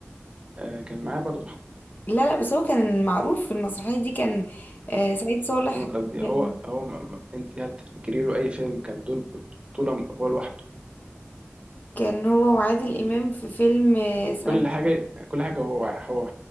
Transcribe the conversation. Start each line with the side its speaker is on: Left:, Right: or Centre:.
Right: آه، كان معاه برضو حد
Left: لا لا بس هو كان معروف في المسرحيه دي كان آه، سعيد صالح
Right: فاهمك قصدي
Left: من-
Right: هو هو ما- ما- انت هل تفتكري له اي فيلم كان دول بطوله هو لوحده
Left: كان هو وعادل امام في فيلم آه، سلام
Right: كل اللي
Left: يا
Right: حاجه
Left: صاحبي.
Right: كل حاجه هو هو